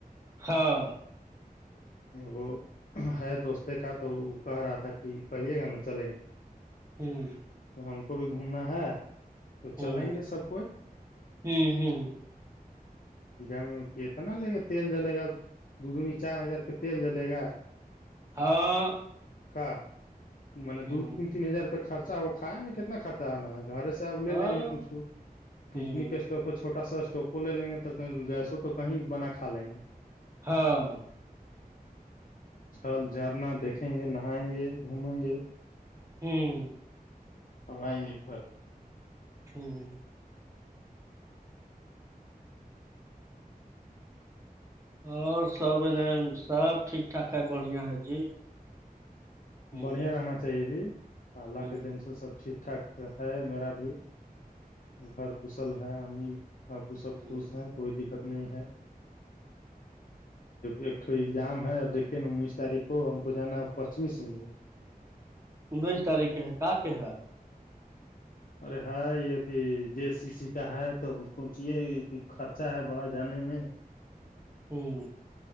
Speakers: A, on the right; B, on the left.
A: ہاں
B: وہ ہے دوستتے کا تو وہ کہہ رہا تھا کہ کہیے گا نا چلیں گے
A: ہوں
B: پ ہم کو بھی گھومنا ہے تو
A: ہوں
B: چلیں گے سب کوئی
A: ہوں ہوں
B: گ اتنا لے گا تیل جلے گا دو دنی چار ہزار کے تیل جلے گا
A: ہاں
B: کا منے
A: ہوں
B: دو تین تین ہزار پ خرچا ہو کھائے میں کتنا خرچہ رہنا ہے گھر سے آب لے
A: ہاں
B: لیں گے کچھ کچھ پکنک
A: ہوں
B: اسٹاپ ہے چھوٹا سا اسٹاپ وہ لے لیں گے تو گیسوں تو کہیں بنا کھا لیں گے
A: ہاں
B: جل جھرنا دیکھیں گے نہائیں گے گھومیں گے
A: ہوں
B: ویں گے خ <unintelligible>
A: ہوں اور سب انے سب ٹھیک ٹھاک ہے بڑھیا ہے جی ہوں
B: بڑھیا رہنا چاہیے جی اللہ
A: ہوں
B: کے دن سے سب ٹھیک ٹھاک ہے میرا بھی گھر کشل ہے امی ابپ وہ سب
A: ہ
B: خوش ہیں کوئی دقت نہیں ہے ایکٹ ایگزام ہے اب دیکے نا انیس تاریخ کو ہم کو جانا ہے پشچمی سگھو
A: انیس تاریخ کے ہے کا کے ہے
B: ارے ہاں یہ ا تھی جے سی سی کا ہے تو سوچیے خرچہ ہے بڑا جانے میں
A: ہوں